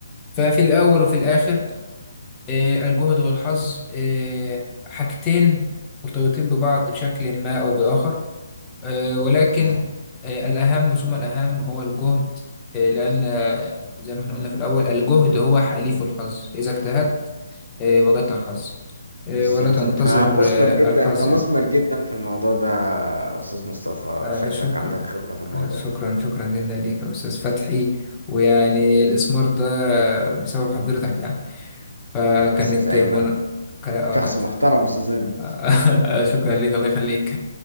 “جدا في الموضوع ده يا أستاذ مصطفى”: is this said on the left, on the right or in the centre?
Right